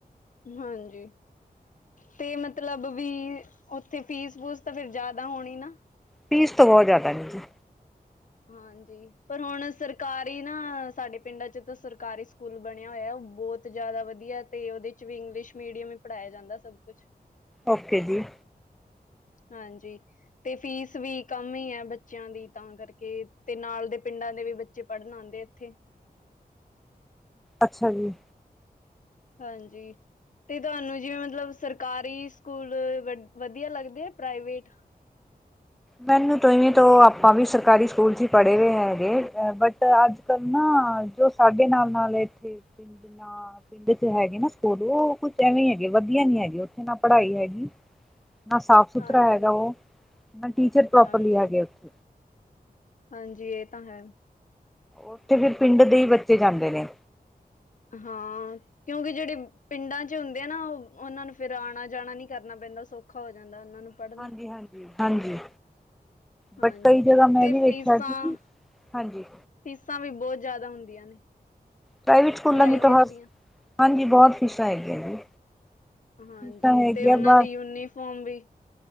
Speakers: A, on the left (about 55°); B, in the centre.
A: ਹਾਂਜੀ। ਤੇ ਮਤਲਬ ਬੀ ਓਥੇ ਫੀਸ-ਫੂਸ ਤਾਂ ਫੇਰ ਜਾਦਾ ਹੋਣੀ ਨਾ।
B: ਫੀਸ ਤੋਂ ਬੋਤ ਜਾਦਾ ਆ ਮੇਰੀ।
A: ਹਾਂਜੀ। ਪਰ ਹੋਣ ਸਰਕਾਰੀ ਨਾ, ਸਾਡੇ ਪਿੰਡਾਂ ਚ ਤਾਂ ਸਰਕਾਰੀ ਸਕੂਲ ਬਣੇਆ ਹੋਏਆ ਓ ਬੋਤ ਜਾਦਾ ਵਦੀਆ। ਤੇ ਓਦੇ ਚ ਵੀ ਇੰਗਲਿਸ਼ ਮੀੜੀਅਮ ਈ ਪੜਾਏਆ ਜਾਂਦਾ ਸਬ ਕੁੱਛ।
B: ਓਕੇ ਜੀ।
A: ਹਾਂਜੀ। ਤੇ ਫੀਸ ਵੀ ਕਮ ਹੀ ਹੈ ਬੱਚਿਆਂ ਦੀ ਤਾਂ ਕਰਕੇ, ਤੇ ਨਾਲ ਦੇ ਪਿੰਡਾਂ ਦੇ ਵੀ ਬੱਚੇ ਪੜ੍ਹਨ ਆਉਂਦੇ ਇੱਥੇ।
B: ਅੱਛਾ ਜੀ!
A: ਹਾਂਜੀ। ਤੇ ਤੁਹਾਨੂੰ ਜਿਵੇਂ ਮਤਲਬ ਸਰਕਾਰੀ ਸਕੂਲ ਵ ਵਧੀਆ ਲੱਗਦੇ ਆ ਪ੍ਰਾਈਵੇਟ।
B: ਮੈਨੂੰ ਤੋਹੀ ਵੇਂ ਤੋਂ ਆਪਾਂ ਵੀ ਸਰਕਾਰੀ ਸਕੂਲ 'ਚ ਹੀ ਪੜ੍ਹੇ ਹੋਏ ਹੈਗੇ। ਬਟ ਅੱਜ ਕਰਨਾ। ਜੋ ਸਾਡੇ ਨਾਲ-ਨਾਲ ਵਾਲੇ ਨਾ। ਪਿੰਡ 'ਚ ਹੈਗੇ ਨਾ ਸਕੂਡੋ ਉਹ ਕੁਛ ਐਵੇਂ ਹੈਗੇ, ਵਧੀਆ ਨੀ ਹੈਗੇ ਉੱਥੇ ਨਾ ਪੜ੍ਹਾਈ ਹੈਗੀ। ਨਾ ਸਾਫ ਸੁਥਰਾ
A: ਹਾਂਜੀ
B: ਹੈਗਾ ਉਹ, ਨਾ ਟੀਚਰ ਪ੍ਰੋਪਰਲੀ
A: ਹਾਂਜੀ
B: ਹੈਗੇ ਉੱਥੇ।
A: ਹਾਂਜੀ, ਇਹ ਤਾਂ ਹੈ।
B: ਉੱਥੇ ਫਿਰ ਪਿੰਡ ਦੇ ਹੀ ਬੱਚੇ ਜਾਂਦੇ ਨੇ।
A: ਹਾਂ। ਕਿਉਂਕਿ ਜਿਹੜੇ ਪਿੰਡਾਂ 'ਚ ਹੁੰਦੇ ਆ ਨਾ, ਉਹ ਉਹਨਾਂ ਨੂੰ ਫਿਰ ਆਉਣਾ ਜਾਣਾ ਨੀ ਕਰਨਾ ਪੈਂਦਾ, ਸੌਖਾ ਹੋ ਜਾਂਦਾ ਉਹਨਾਂ ਨੂੰ। ਪੜ੍ਹਨਾ
B: ਹਾਂਜੀ- ਹਾਂਜੀ, ਹਾਂਜੀ।
A: ਹਾਂਜੀ
B: ਬਟ ਕਈ ਜਗ੍ਹਾ ਮੈਂ
A: ਤੇ
B: ਵੀ ਦੇੇਖਿਆ,
A: ਫੀਸਾਂ
B: ਕੀ-ਕੀ ਹਾਂਜੀ।
A: ਫੀਸਾਂ ਵੀ ਬਹੁਤ ਜ਼ਿਆਦਾ ਹੁੰਦੀਆਂ ਨੇ।
B: ਪ੍ਰਾਈਵੇਟ ਸਕੂਲਾਂ
A: ਪ੍ਰਾਈਵੇਟ
B: ਦੀ ਤਾਂ ਬਸ,
A: ਦੀਆਂ
B: ਹਾਂਜੀ ਬਹੁਤ ਫੀਸਾਂ ਹੈਗੀਆਂ ਜੀ।
A: ਹਾਂਜੀ,
B: ਫੀਸਾਂ ਹੈਗੀਆਂ
A: ਤੇ ਉਹਨਾਂ
B: ਬਸ
A: ਦੀ ਯੂਨੀਫੋਮ ਵੀ